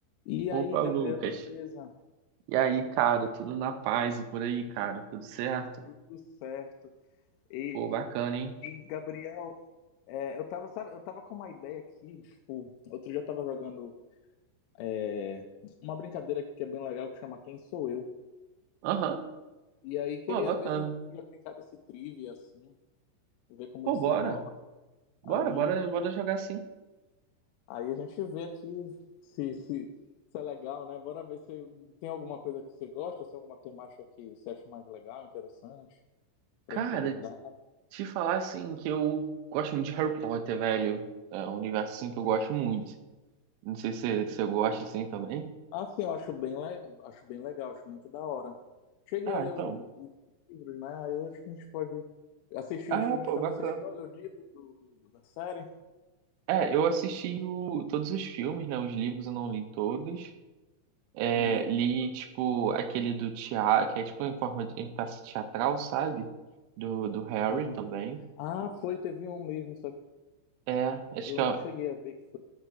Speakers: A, on the left; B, on the right.
A: E
B: Opa,
A: aí, Gabriel,
B: Lucas.
A: beleza?
B: E aí, cara, tudo na paz e por aí, cara, tudo certo?
A: Tudo certo. E,
B: Pô, bacana, hein?
A: e, Gabriel, é, eu tava, sabe, eu tava com uma ideia aqui, tipo, outro dia eu tava jogando é, uma brincadeira aqui que é bem legal, que chama Quem Sou Eu.
B: Aham,
A: E aí queria
B: Pô, bacana.
A: ver se a gente podia brincar desse trivia, assim, ver como
B: Pô,
A: desenrola.
B: bora. Bora,
A: Aí,
B: bora, bora jogar assim.
A: aí a gente vê aqui se, se, se é legal, né? Bora ver se tem alguma coisa que você gosta, se tem alguma temática que você acha mais legal, interessante, pra
B: Cara,
A: gente abordar.
B: te falar assim que eu gosto muito de Harry Potter, velho. É um universo assim que eu gosto muito. Não sei se se eu gosto assim também.
A: Assim, eu acho bem, le- acho bem legal, acho muito da hora. Cheguei
B: Ah,
A: a ler
B: então.
A: os, os livros, né? Aí eu acho que a gente pode assistir
B: Ah,
A: os filmes
B: pô,
A: também.
B: bacana.
A: Você chegou a ler os livros do, do- da série?
B: É, eu assisti o, todos os filmes, né? Os livros eu não li todos. É,
A: Sim,
B: li, tipo, aquele do teatro, que é tipo em forma de em peça teatral, sabe? Do, do Harry
A: sim.
B: também.
A: Ah, foi, teve um mesmo, só que
B: É, acho
A: eu
B: que
A: não
B: é,
A: cheguei a ver que foi.